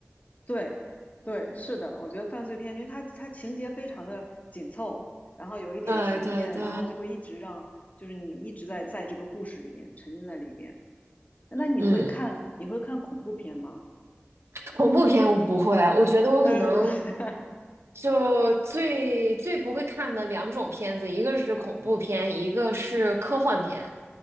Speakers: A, on the left; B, on the right.
A: 对对，是的，我觉得犯罪片，因为它它情节非常的紧凑，然后有一点悬念，
B: 对对对，
A: 然后就会一直让就是你一直在在这个故事里边沉浸在里边。那你会看你会看恐怖片吗？
B: 嗯。<laughs> 恐怖片我不会，我觉得我可能
A: 呃，我 <laughs>
B: 就最最不会看的两种片子，一个是恐怖片，一个是科幻片。